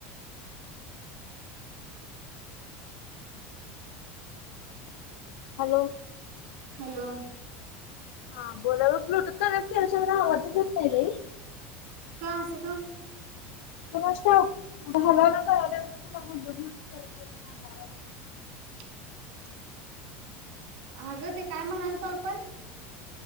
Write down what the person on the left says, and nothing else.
हॅलो.
हा बोला ब्लूटूथ कनेक्ट केल्याशीवाय मला आवाजच येत नाही बाई.
कुणाच ठाऊक घालायला करायलो बग <unintelligible>